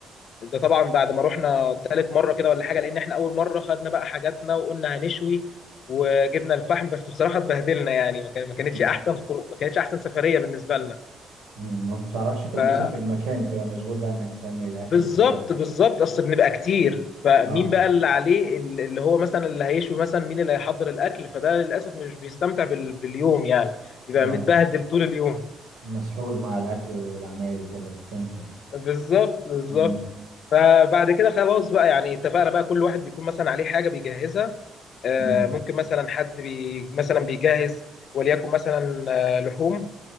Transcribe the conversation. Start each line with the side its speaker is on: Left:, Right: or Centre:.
Left: ده طبعا بعد ما رحنا تالت مره كده ولا حاجه لان احنا اول مره خدنا بقى حاجاتنا وقلنا هنشوي وجبنا الفحم بس بصراحه اتبهدلنا يعني ما كان- ما كانتش
Right: أمم.
Left: احسن خروج- ما كانتش احسن سفريه بالنسبه
Right: أمم. ما بتعرفش تتبسط
Left: لنا
Right: بالمكان بتبقى مشغول بقى انك بتعمل الاكل
Left: بالظبط
Right: وكده
Left: بالظبط اصل بنبقى كتير فمين
Right: اه
Left: بقى اللي عليه ال- اللي هو مثلا اللي هيشوي مثلا مين اللي هيحضر الاكل فده للاسف مش بيستمتع بال- باليوم يعني بيبقى
Right: اه
Left: متبهدل طول اليوم
Right: مسحول مع الاكل والعمايل وكده فهمتك
Left: بالظبط بالظبط
Right: امم
Left: فبعد كده خلاص بقى يعني اتفقنا بقى كل واحد بيكون مثلا عليه حاجه بيجهزها آه،
Right: امم
Left: ممكن مثلا حد بي مثلا بيجهز وليكن مثلا آه، لحوم